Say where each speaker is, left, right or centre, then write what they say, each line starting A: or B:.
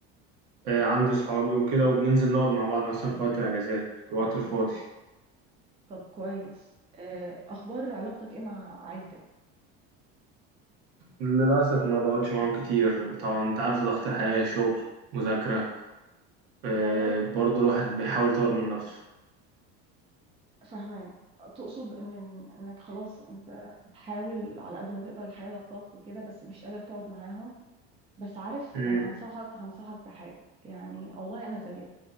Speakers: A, on the right; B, on the right.
A: آه، عندي صحابي وكده وبننزل نقعد مع بعض مثلا في وقت الاجازات الوقت الفاضي
B: طب كويس آه اخبار علاقتك ايه مع عيلتك
A: للأسف ما بقعدش معاهم كتير طبعا انت عارف ضغط الحياة شغل مذاكرة آه،
B: والله
A: برضه الواحد بيحاول يطور من نفسه
B: فاهمة تقصد ان انك خلاص انت بتحاول على قد ما تقدر الحياة ضغطاك وكده بس مش قادر تقعد معاهم بس عارف
A: امم
B: انا هنصحك هنصحك بحاجه يعني والله انا زيك